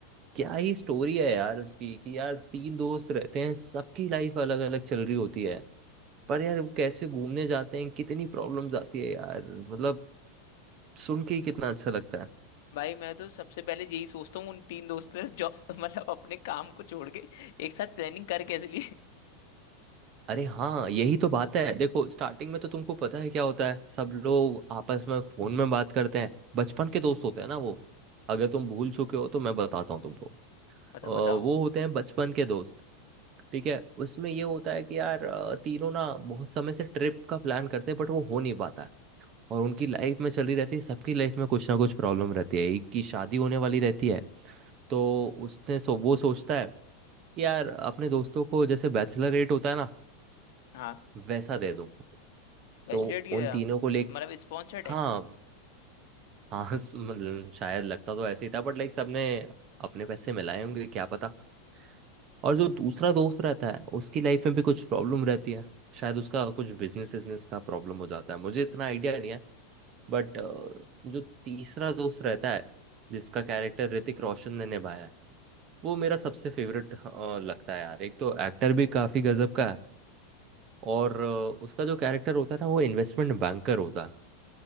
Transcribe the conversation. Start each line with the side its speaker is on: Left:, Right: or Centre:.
Right: क्या ही स्टोरी है यार उसकी कि यार तीन दोस्त रहते हैं सबकी लाइफ अलग अलग चल रही होती है पर यार वो कैसे घूमने जाते हैं कितनी प्रॉब्लम्स आती है यार मतलब सुन के ही कितना अच्छा लगता है
Left: भाई मैं तो सबसे पहले यही सोचता हूँ उन तीन दोस्तों ने जो <laughs> मतलब अपने काम को छोड़ के एक साथ प्लानिंग कर कैसे लिए
Right: अरे हाँ यही तो बात है देखो स्टार्टिंग में तो तुमको पता है क्या होता है सब लोग आपस में फोन में बात करते हैं बचपन के दोस्त होते हैं ना वो अगर तुम भूल चुके हो तो मैं बताता हूँ तुमको अ,
Left: <laughs> बताओ बताओ
Right: वो होते हैं बचपन के दोस्त ठीक है उसमें ये होता है कि यार अ, तीनों ना बहुत समय से ट्रिप का प्लान करते हैं बट वो हो नहीं पाता है और उनकी लाइफ में चली रहती है सबकी लाइफ में कुछ ना कुछ प्रॉब्लम रहती है एक की शादी होने वाली रहती है तो उसने सो, वो सोचता है कि यार अपने दोस्तों को जैसे बैचलर रेट होता है ना
Left: हाँ
Right: वैसा दे दूं
Left: बैचलर
Right: तो
Left: की
Right: उन
Left: तरह
Right: तीनों को ले
Left: तुम्हारा भी स्पॉन्सर्ड
Right: हाँ
Left: है
Right: हाँ स- मतलब शायद लगता तो ऐसे ही था बट लाइक सबने अपने पैसे मिलाए होंगे क्या पता और जो दूसरा दोस्त रहता है उसकी लाइफ में भी कुछ प्रॉब्लम रहती है शायद उसका कुछ बिजनेस बिजनेस का प्रॉब्लम हो जाता है मुझे इतना आइडिया नहीं है बट जो तीसरा दोस्त रहता है जिसका कैरेक्टर ऋतिक रोशन ने निभाया है वो मेरा सबसे फेवरेट लगता है यार एक तो एक्टर भी काफी गजब का है और अ, उसका जो कैरेक्टर होता है ना वो इन्वेस्टमेंट बैंकर होता है